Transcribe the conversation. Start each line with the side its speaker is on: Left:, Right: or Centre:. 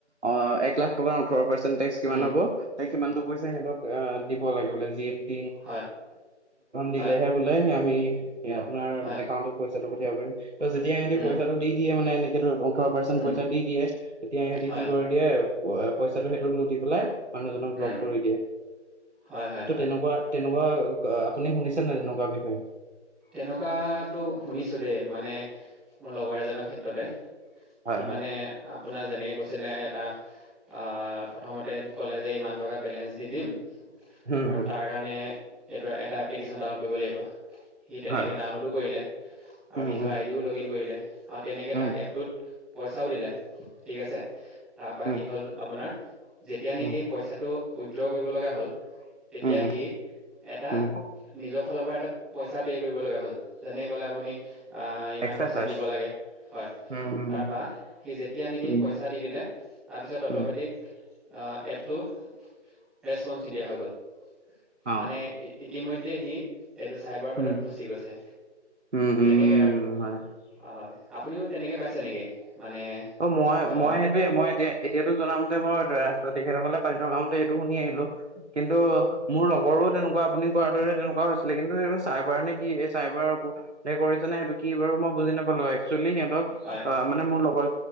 Right: অ এক লাখ টকাৰ হ সেই
Centre: উম
Right: দিব লাগ সেইথ
Centre: হয় হয়
Right: দিলেহে বোলে আমি এ আপোনাৰ
Centre: হয়
Right: একাউণ্টত পইচ <inaudible> প ত যেতিয়া এহঁ
Centre: উম
Right: পইচটো দি দিয়োনে এনেকে <inaudible> ৰ পাৰ্চে
Centre: উম
Right: পইচা দি দিয়ে তেতিয়া সহঁতি
Centre: হয়
Right: কি কৰে দিয় পইচাটোো সেইোক লু বোলে মানুহজনক
Centre: উম,
Right: ব্লক কৰি দিয়ে
Centre: হয়, হয়,
Right: ত'
Centre: হয়।
Right: তেনেকুৱা তেনেকুৱা আ আপুনি শুনিছে নে? তেনেকুৱা বিষয়ে
Centre: তেনেকুৱাতো শুনিছো দেই মানে মোৰ লগৰ এজনৰ ক্ষেত্ৰতে।
Right: হয়
Centre: সি মানে
Right: হয়
Centre: আপোনাৰ যেনেকে কৈছ চিলে এটা আ প্ৰথমতে ক'লে যে, ইমান টকা বেলেঞ্চ দি দিম।
Right: হুম
Centre: আৰু
Right: হুম
Centre: তাৰ কাৰণে এইটো এটা এপ্লিকেশ্যন ডাউনলোড কৰিব লাগিব। সি তেনেকে
Right: হয়
Centre: ডাউনলোডো কৰিলে আৰু
Right: উম
Centre: নিজৰ
Right: উম
Centre: আই ডিও লগ ইন কৰিলে। আৰু তেনেকে তাক
Right: উম
Centre: এপটোত পইচাও দিলে। ঠিক আছে, তাৰ পৰা
Right: উম
Centre: কি হ'ল আপোনাৰ? যেতিয়া নেকি
Right: উম
Centre: পইচাটো উইড্ৰ কৰিব লগা হ'ল তেতিয়া
Right: উম উম
Centre: সি এটা
Right: উম
Centre: নিজৰ ফালৰ পৰা ত <unintelligible> পইচা পে' কৰিব লগা হ'ল, যেনেকে ক'লে আপুনি আ ইমান
Right: এক্সট্ৰা
Centre: পাৰ্চেণ্ট
Right: চাৰ্জ
Centre: দিব লাগে হয়,
Right: উম উম
Centre: তাৰপৰা সি যেতিয়া নেকি
Right: উম
Centre: পইচা দি দিলে তাৰপিছত অট'মেটিক
Right: উম
Centre: আ এপটো ৰেচপঞ্চ নিদিয়া হৈ গ'ল।
Right: অ
Centre: মানে ইতিমধ্যে সি এইটো চাইবাৰ পদত
Right: উম
Centre: ফচি গৈছে
Right: উম
Centre: তেনেকৈ
Right: উম
Centre: আৰু
Right: হয়
Centre: হয় আপুনিও তেনেকে পাইছে নেকি? মানে
Right: অ', মই,
Centre: আহ
Right: মই সেইটোয়ে মই এতিয়া এতিয়াতো জনামতে মই ধৰা তেখেতসকলে পাতি থকা মতে এইটো শুনি আহিলো কিন্তু মোৰ লগৰো তেনেকুৱা আপুনি কোৱাৰ দৰে তেনেকুৱা হৈছিলে কিন্তু সেটো চাইবাৰ নে কি এই চাইবাৰও কৰিছে নে সেইটো কি বাৰু মই বুজি নাপালো এক্স একচুৱেলী সিহঁতক
Centre: হয়
Right: আহ মানে মোৰ লগৰ